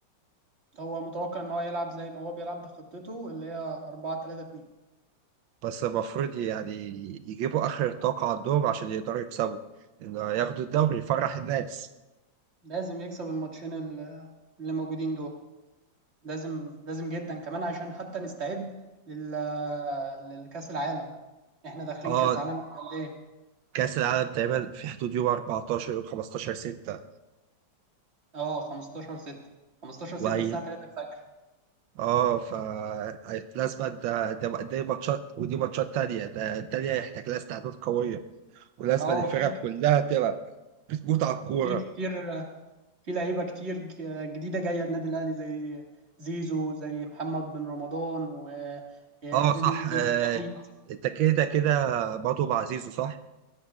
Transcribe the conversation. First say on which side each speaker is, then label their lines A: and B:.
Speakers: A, on the right; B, on the right.
A: هو متوقع ان هو يلعب زي ما هو بيلعب بخطته اللي هي 4 3 2
B: بس المفروض يعني يجيبوا آخر طاقة عندهم عشان يقدروا يكسبوا إنه ياخدوا الدوري يفرح الناس
A: لازم يكسب الماتشين ال- اللي موجودين دول لازم لازم جدا كمان عشان حتى نستعد لل للكاس العالم احنا داخلين
B: اه
A: كاس عالم على قد ايه
B: كأس العالم تقريبا في حدود يوم 14 يوم 15 6
A: اه 15 6 15 6
B: وهي
A: الساعه 3 الفجر
B: اه ف لازم ده ده دي ماتشات ودي ماتشات تانية ده التانية هيحتاج لها استعداد قوية ولازم
A: اه
B: الفرق
A: في
B: كلها تبقى بتموت على الكورة
A: في كتير في لعيبه كتير ج- جديده جايه النادي الاهلي زي زيزو زي محمد بن رمضان وزيد
B: اه صح
A: الدين
B: آه،
A: بالعيد
B: التكيدة كده برضه بعزيزه صح؟